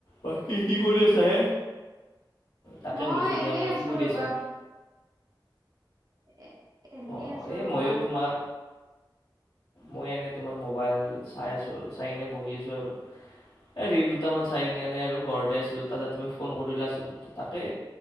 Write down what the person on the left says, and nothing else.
বাকী কি কৰি আছা হে। তাকে
সুধিছো দিয়া
কি কৰি
আছা
অ
এই
ময়ো তোমাৰ মই এনে তোমাৰ মোবাইল চাই আছো আৰু চাই কিনে বহি আছো আৰু এ ৰিল দুটামান চাই কিনে আনে আৰু ঘৰতে আছিলো তাতে তুমি ফোন কৰিলাচোন তাকে